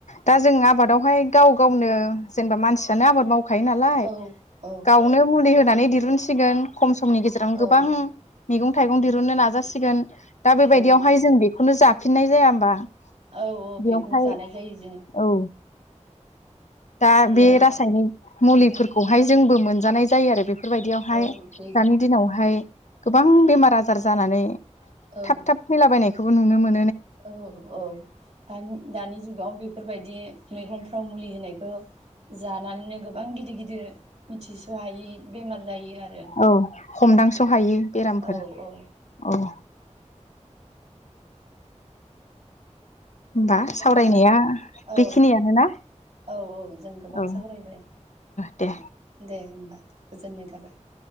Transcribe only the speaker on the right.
औ औ
औ
औ
औ औ
बेखौनो जो जानाय जायो जोङो।
बेहाय
औ बे
औ
औ औ दानि दानि जुगाव बेफोर बेफोरबायदि मैगंफ्राव मुलि होनायखौ जानानैनो गोबां गिदिर गिदिर मिथिस हायि बेमार जायो आरो
औ औ
होमबाथ‌
औ
औ औ जों गोबां
सावरायबाय
दे होमबा गोजोननाय थाबाय <inaudible>